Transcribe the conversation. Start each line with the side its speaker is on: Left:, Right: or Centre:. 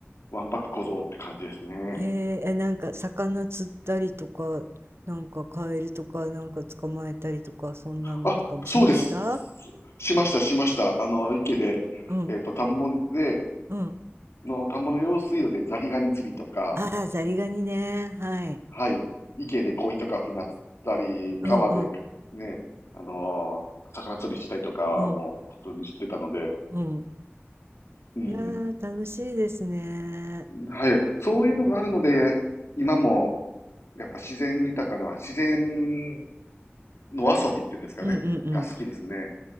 Left: わんぱく小僧って感じですね。
Right: へえ、え、なんか魚釣ったりとか、なんかカエルとか、なんか捕まえたりとか、そんなのとかもしました
Left: あ、そうです。しました、しました。あの、池で、
Right: うん、
Left: えっ、と、田んぼで、
Right: うん。
Left: の、田んぼの用水路でザリガニ釣りとか、
Right: ああ、ザリガニね。はい。
Left: はい、池で鯉とか船釣ったり、
Right: うんうん、
Left: 川でね、あのー魚釣りしたりとかも普通にしてたので、
Right: うん、うん。
Left: うん、
Right: いやー、楽しいですね。
Left: はい、そういうのがあるので、今もやっぱ自然豊かな、自然の遊びっていうんですかね、
Right: うんうんうん。
Left: が好きですね。